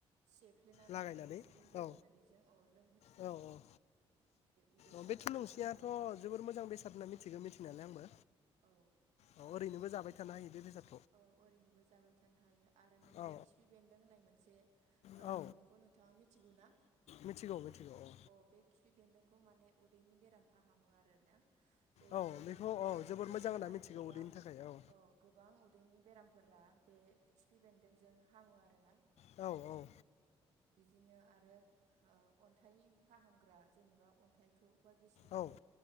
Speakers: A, on the right; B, on the left.
A: सेफ्लेनानै
B: लागायनानै
A: थुलुंसिजों बेरे
B: औ
A: मोदैजों <unintelligible>
B: औ औ
A: उदै
B: औ
A: सानाय
B: बे थुलुंसियाथ'
A: बेरामफोरावबो
B: जोबोर मोजां बेसाद होनना मिथिगौ मिथिनालाय आंबो
A: औ
B: औ ओरैनोबो जाबाय थानो हायो बे बेसाद
A: औ ओरैनोबो जाबाय थानो हायो आरो नैबे
B: औ
A: खिफि बेन्दों होननाय मोनसे ओ
B: औ
A: मैगंखौ नोंथाङा मिथिगौ ना?
B: मिथिगौ मिथिगौ औ
A: अ बे खिफि बेन्दोंखौ मा ने उदैनि बेराम फाहामो आरोना बे
B: औ
A: उदैनि
B: बेखौ
A: बेराम
B: औ जोबोर
A: उदै
B: मोजां
A: सानाय
B: होनना मिथिगौ
A: गोबां
B: उदैनि थाखाय औ
A: ओ गोबां बेरामफोरा बे खिफि बेन्दोंजों हामो आरोना
B: औ औ
A: दिनो आरो अन्थाइनि फाहामग्रा जेनेबा अन्थाइखौ बा गेस्टिकखौ
B: औ